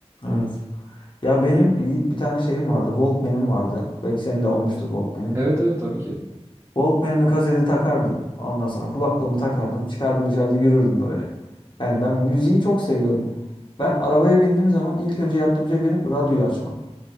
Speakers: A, on the left; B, on the right.
A: Evet. Ya benim Yiğit bir tane şeyim vardı. Walkman'im vardı. Belki senin de olmuştur Walkman'in.
B: Evet evet tabii ki.
A: Walkman'ime kaseti takardım. Ondan sonra kulaklığımı takardım. Çıkardım dışarıda yürürdüm böyle. Yani ben müziği çok seviyorum. Ben arabaya bindiğim zaman ilk önce yaptığım şey benim radyoyu açmak.